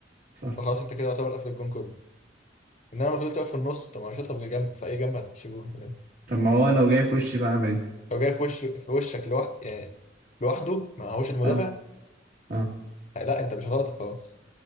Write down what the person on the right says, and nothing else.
صح
طب ما هو لو جاي في وشي بقى اعمل ايه
اه اه